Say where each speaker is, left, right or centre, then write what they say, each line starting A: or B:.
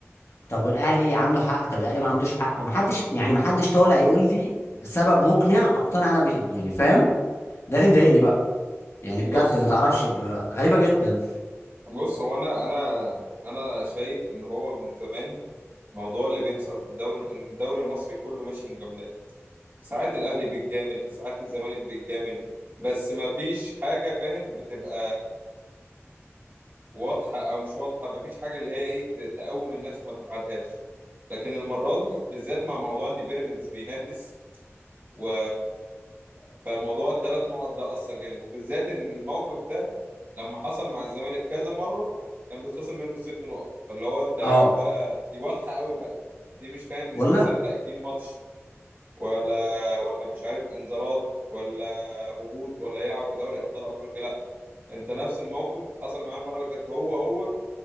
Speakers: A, on the left; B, on the right.
A: طب والاهلي عنده حق طب الاهلي ما عندوش حق ومحدش يعني محدش طالع يقول لي سبب مقنع اقتنع انا بيه يعني فاهم ده اللي مضايقني بقى يعني بجد
B: بص
A: ما تعرفش آه، غريبه جدا
B: بص هو انا انا انا شايف ان هو من زمان موضوع اللي بيحصل في الدوري ان الدوري المصري كله ماشي مجاملات ساعات الاهلي بيتجامل ساعات الزمالك بيتجامل بس ما فيش حاجه فاهم بتبقى واضحه او مش واضحه ما فيش حاجه اللي هي ايه ت- تقوم الناس وما تقعدهاش لكن المره دي بالذات مع موضوع ان بيراميدز بينافس و فموضوع الثلاث نقط ده أثر جامد وبالذات إن الموقف ده لما حصل مع الزمالك كذا مرة كان بيتخصم منه الست نقط فاللي هو أنت يا
A: اه
B: عم بقى دي واضحة قوي بقى دي مش فاهم مش
A: ولا
B: مثلا تأجيل ماتش ولا ولا مش عارف إنذارات ولا هبوط ولا يلعب في دوري أبطال أفريقيا لا أنت نفس الموقف حصل معاه المرة اللي فاتت هو هو